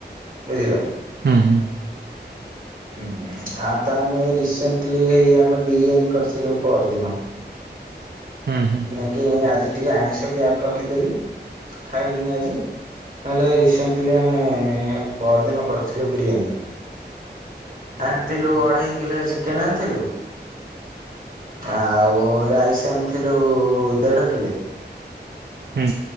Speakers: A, on the right; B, on the right.
A: ବୁଝିଲ।
B: ହୁଁ ହୁଁ।
A: ହୁଁ ଆଉତ ଆମେ ରିସେଣ୍ଟଲି ହେଇ ଆମେ ବିରିୟାନୀ କରିଥିଲୁ ପର୍ ଦିନ।
B: ହୁଁ ହୁଁ।
A: ଆଜି ଟିକେ ଆଇଁଷ ଗ୍ୟାପ୍ ରଖିଦେଲି ଖାଇଲିନି ଆଜି ଆଜି ନହେଲେ ରିସେଣ୍ଟଲି ଆମେ ପର ଦିନ କରିଥିଲୁ ବିରିୟାନୀ। ଆଣିଥିଲୁ ଅଢେଇ କିଲେ ଚିକେନେ ଆଣିଥିଲୁ। ଆଉ ରାଇସି ଆଣିଥିଲୁ ଦେଢ କିଲେ।
B: ହୁଁ।